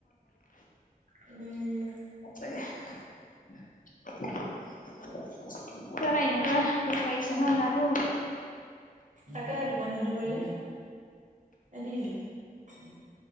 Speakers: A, on the right; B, on the left.
A: উম
B: সাগে তৰা হিনেুৱ ক লাগিছে ন গাাৰো
A: তাকে টোপনি সুধ কৰিলে এদিল দিো